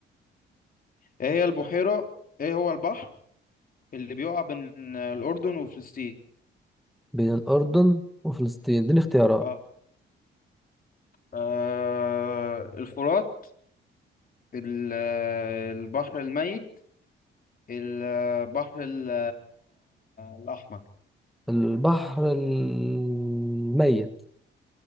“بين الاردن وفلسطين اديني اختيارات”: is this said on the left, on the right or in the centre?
Centre